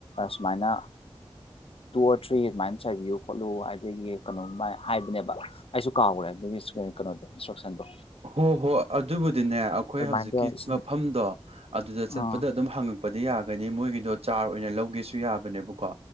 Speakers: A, on the left; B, on the right.
A: ꯁꯨꯃꯥꯏꯅ ꯇꯨꯋ ꯐ꯭ꯔꯤ ꯑꯗꯨꯃꯥꯏꯅ ꯆꯥꯏꯕꯤꯌꯨ ꯈꯣꯠꯂꯨ ꯑꯗꯒꯤ ꯀꯩꯅꯣꯝꯃ ꯍꯥꯏꯕꯅꯦꯕ ꯑꯩꯁꯨ ꯀꯥꯎꯈ꯭ꯔꯦ ꯑꯗꯨꯒꯤ ꯀꯩꯅꯣꯗꯣ ꯏꯟꯁꯇ꯭ꯔꯛꯁꯟꯗꯨ
B: ꯍꯣ ꯍꯣ ꯑꯗꯨꯕꯨꯗꯤꯅꯦ ꯑꯩꯈꯣꯏ
A: ꯑꯗꯨꯃꯥꯏꯅ
B: ꯍꯧꯖꯤꯛꯀꯤ
A: ꯏꯁꯤꯡ
B: ꯃꯐꯝꯗꯣ ꯑꯗꯨꯗ ꯆꯠꯄꯗ
A: ꯑꯥ
B: ꯑꯗꯨꯝ ꯍꯪꯉꯛ ꯄꯗꯤ ꯌꯥꯒꯅꯤ ꯃꯣꯏꯒꯤꯗꯣ ꯆꯥꯔ ꯑꯣꯏꯅ ꯂꯧꯒꯦꯁꯨ ꯌꯥꯕꯅꯦꯕꯀꯣ